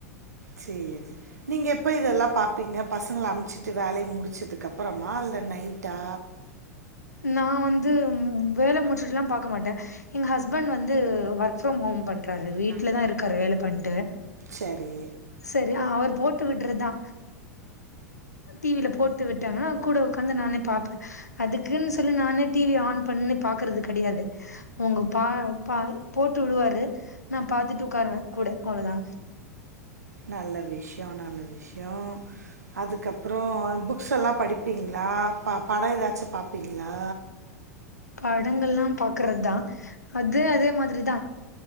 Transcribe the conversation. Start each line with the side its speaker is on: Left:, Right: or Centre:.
Right: சேரி நீங்க எப்ப இத எல்லா பாப்பீங்க பசங்கள அமுச்சிட்டு வேலைய முடிச்சதுக்கு அப்புறமா இல்ல நைட்டா
Left: நா வந்து வேலை முடிச் ட்சு பாக்க மாட்டே எங்க ஹஸ்பண்ட் வந்து ஒர்க் பிரம் ஹோம் பண்றாரு
Right: நான் வீட்ல
Left: வீட் வீட்டுல தா இருக்காரு வேலை பண்ணிட்டு
Right: சரி
Left: சேரி அவரு போட்டு விடுறதுதா டிவி ல போட்டு விட்டாங்கான கூட உக்காந்து நானே பாப்பே அதுக்குன்னு சொல்லி நானே டிவி ஆன் பண்ணு பாக்குறது கிடையாது அவுங்க பா பா போட்டு விடுவாரு நா பாத்துட்டு உட்காருவே கூட அவ்ளோ தா
Right: நல்ல விஷயே நல்ல விஷயே அதுக்கப்புறம் புக்ஸ்சு எல்லா படிப்பீங்களா ப படம் ஏதாச்சு பாப்பிங்களா
Left: படங்கள்லா பாக்குறது தா அது அதே மாதிரிதா